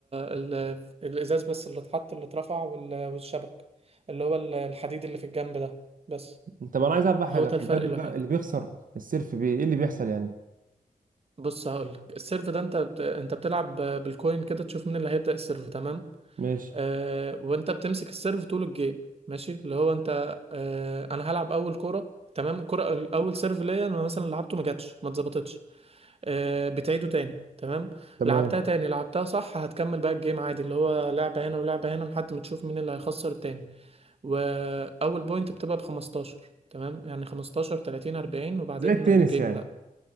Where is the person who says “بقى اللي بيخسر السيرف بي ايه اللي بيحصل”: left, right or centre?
Right